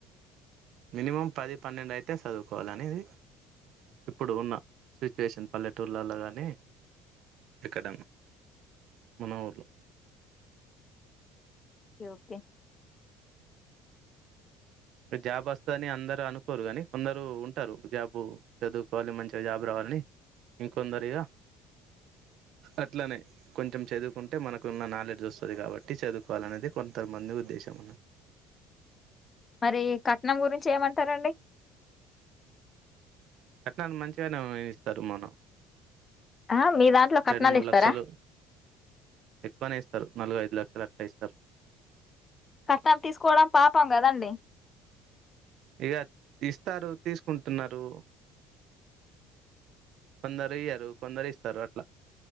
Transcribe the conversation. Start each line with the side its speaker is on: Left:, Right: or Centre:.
Right: మినిమం పది పన్నెండయి అట్టే చదువుకోవాలనేది ఇప్పుడు ఉన్న సిచ్యువేషన్ పల్లెటూర్లలో కానీ ఎక్కడ మన ఊర్లో
Left: ఓకే ఓకే
Right: జాబ్ వస్తుందని అందరూ అనుకోరు కానీ కొందరు ఉంటారు జాబు చదువుకోవాలి మంచిగా జాబ్ రావాలని ఇంకొందరిగా అట్లనే కొంచెం చదువుకుంటే మనకున్న నాలెడ్జ్ వస్తుంది కాబట్టి చదువుకోవాల అనేది కొంతమంది ఉద్దేశం
Left: రి కట్నం గురించి ఏమంటారండి
Right: కట్నాలు మంచిగానే ఇస్తారు మనం
Left: ఆ! మీ దాంట్లో కట్నాలిస్తారా?
Right: రెండు మూడు లక్షలు ఎక్కువనే ఇస్తారు నలుగై లా సెలెక్ట్ అయిస్తారు
Left: కట్నం తీసుకోవడం పాపాం కదండి
Right: ఇగ ఇస్తారు తీసుకుంటున్నారు కొందరు ఇయ్యరు కొందరు ఇస్తారు అట్లా